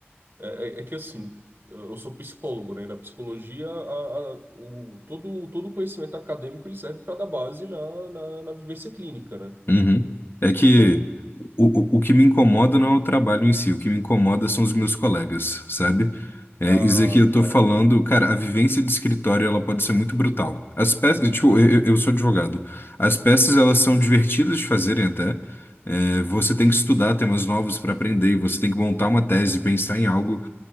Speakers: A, on the right; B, on the left.
A: é, é- é que assim, eu eu sou psicólogo, né? E Na psicologia, a- a- o, todo todo conhecimento acadêmico ele serve para dar base na, na, na vivência clínica, né?
B: Uhum. É que
A: Então,
B: o, o, o que me incomoda não é o trabalho em si, o que me incomoda são os meus colegas, sabe? É,
A: ah,
B: isso aqui eu tô
A: tá,
B: falando, cara, a vivência do escritório ela pode ser muito brutal. As peças, tipo, eu, eu eu sou advogado. As peças elas são divertidas de fazerem até. É, você tem que estudar temas novos para aprender, e você tem que montar uma tese, pensar em algo,